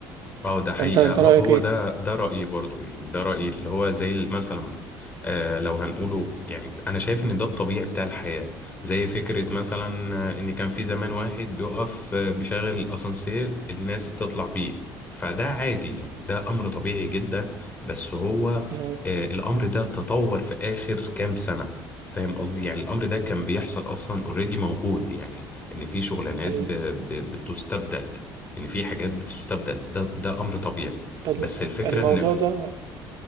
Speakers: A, on the left; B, on the right.
A: اه ده حقيقة
B: انت انت
A: هو
B: رايك
A: هو
B: ايه
A: ده ده رأيي برضو يعني ده رأيي اللي هو زي ال- مثلا آه لو هنقوله يعني أنا شايف إن ده الطبيعي بتاع الحياة زي فكرة مثلا آه، إن كان في زمان واحد بيقف آه، بيشغل الأسانسير الناس تطلع بيه فده عادي يعني ده أمر طبيعي جدا بس هو
B: لو
A: آه الأمر ده تطور في آخر كام سنة فاهم قصدي يعني الأمر ده كان بيحصل أصلا اوريدي موجود يعني إن في شغلانات
B: ال-
A: ب- ب- بتستبدل ان في حاجات بتستبدل ده ده امر طبيعي
B: ال-
A: بس الفكره
B: الموضوع
A: ان في
B: ده